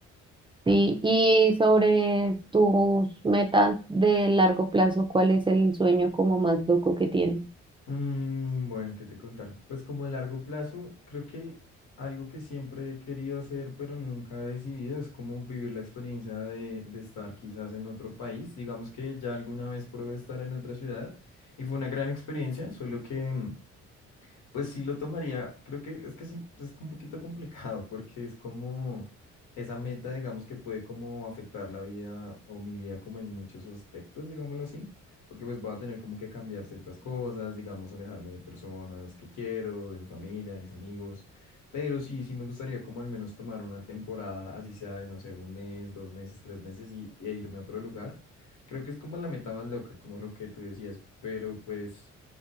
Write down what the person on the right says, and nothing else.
Sí, y sobre tus metas de largo plazo, ¿cuál es el sueño como más loco que tienes?